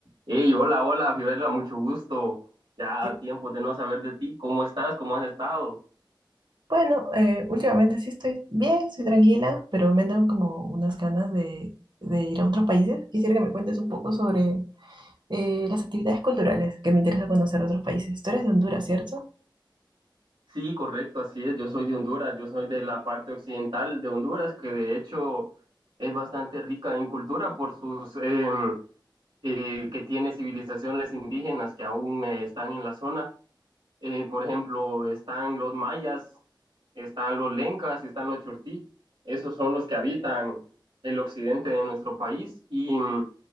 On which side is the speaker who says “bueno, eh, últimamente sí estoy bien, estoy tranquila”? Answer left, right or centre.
Right